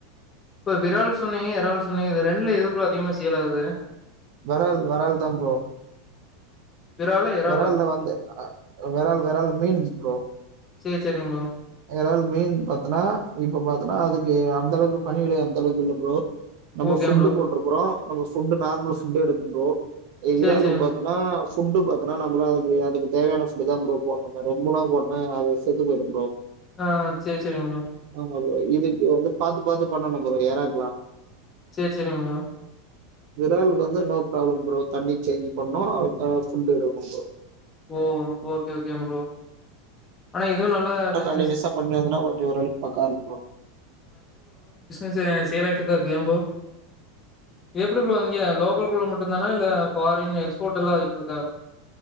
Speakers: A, on the left; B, on the right.
A: இப்ப விறால் சொன்னீங்க இறால் சொன்னீங்க இது ரெண்ல எது ப்ரோ அதிகமா சேல் ஆகுது
B: வெறால் வெறால்தா ப்ரோ
A: விராலா எறாலா
B: வெறால்ல வந்து அ வெறால் வெறால் மீன் ப்ரோ
A: செரி செரிங் ப்ரோ
B: எறால் மீன் பாத்தனா இப்ப பாத்தனா அதுக்கு அந்த அளவுக்கு பணிவிடை அந்த அளவுக்கு இல்ல ப்ரோ நம்ம
A: ஓகே
B: ஃபுட்டு
A: ப்ரோ.
B: போட்டுருக்குறோ நம்ம சுண்டு நார்மல் சுண்ட எடுக் ப்ரோ ஏ
A: சரி,
B: இறாலுக்
A: சரிங்க
B: பாத்தனா
A: ப்ரோ.
B: ஃபுட்டு பாத்தோனா நம்பதா அதுக்கு, அதுக்கு தேவையான ஃபுட்டுதா ப்ரோ போடனுமே ரொம்பலா போட்னா அது செத்து போயிடும் ப்ரோ
A: ஆ சரி, சரிங்க ப்ரோ.
B: <unintelligible> இதுக்கு வந்து பாத்து பாத்து பன்னணும் ப்றோ எறாக்குலா
A: சரி சரிங் ப்ரோ
B: விறாலுக்கு வந்து நோ ப்ராப்ளம் ப்ரோ தண்ணி சேஞ்ச் பண்ணும் அதுக்கான ஃபுட் எடுக்கணும் ப்ரோ
A: ஓ ஓகே ஓகே ப்ரோ ஆனா இதுவும் நல்ல பிஸ்
B: கண்டினுசா பண்னேங்கன்னா கொஞ்சோ ஒரு அளவுக்கு பக்கா இருக்கும் ப்ரோ
A: <unintelligible> இப்படித்த இருக்கும் ஏன் ப்ரோ எப்படி ப்ரோ இங்க லோக்கல் குள்ள மட்டும்தானா இல்ல ஃபாரின் எக்ஸ்போர்ட் எல்லா ஆய்ட்டுருக்கா